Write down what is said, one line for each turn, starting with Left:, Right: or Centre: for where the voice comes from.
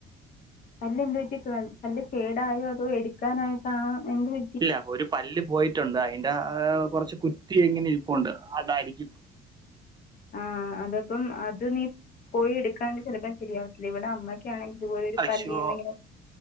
Left: പല്ല് എന്ത് പറ്റി പല്ല് കേടായോ അതോ എടുക്കാനായിട്ടാണോ എന്തു പ
Right: ഇല്ല ഒരു പല്ല് പോയിട്ടുണ്ട് അതിന്റെ ഏഹ് കുറച്ച് കുറ്റി ഇങ്ങനെ ഇരുപ്പുണ്ട് അതായിരിക്കും
Left: ആഹ് അതപ്പം അത് നീ പോയി എടുക്കാണ്ട് ചിലപ്പ ശരിയാവത്തില്ല ഇവിട അമ്മക്കാണെ ഇത്പോലൊരു
Right: അശോ
Left: പല്ലീന്ന്ങ്ങനെ